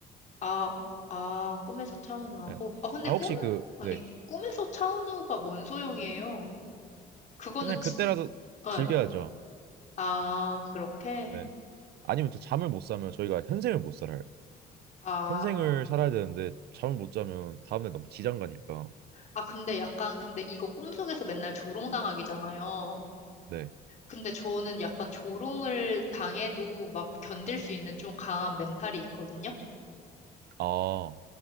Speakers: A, on the left; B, on the right.
A: 아, 아, 꿈에서 차은우하고.
B: 네.
A: 아, 근데
B: 아
A: 꿈,
B: 혹시 그
A: 아니,
B: 네.
A: 꾸- 꿈에서 차은우가 뭔 소용이에요? 그거는
B: 그냥
A: 지,
B: 그때라도
A: 어,
B: 즐겨야죠.
A: 아, 그렇게?
B: 네. 아니면 또 잠을 못 자면 저희가 현생을 못 살아요.
A: 아,
B: 현생을 살아야 되는데 잠을 못 자면 다음날 너무 지장 가니까.
A: 아, 근데 약간, 근데 이거 꿈속에서 맨날 조롱당하기잖아요.
B: 네.
A: 근데 저는 약간 조롱을 당해도 막 견딜 수 있는 좀 강한 멘탈이 있거든요.
B: 아.